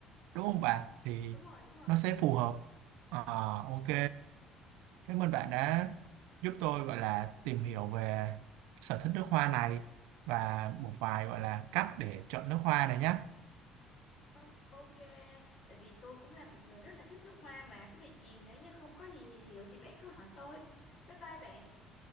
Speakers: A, on the right (about 85°); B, on the left (about 50°).
A: đúng không
B: Ừ.
A: bạn thì
B: Đúng rồi, đúng rồi.
A: nó sẽ phù hợp Ờ, ok Cảm ơn bạn đã giúp tôi gọi là tìm hiểu về sở thích nước hoa này và một vài gọi là cách để chọn nước hoa này nhé.
B: Không, ok, tại vì tôi cũng là một người rất là thích nước hoa mà, có việc gì nếu như không có gì hiểu thì bạn cứ hỏi tôi. Bye bye bạn.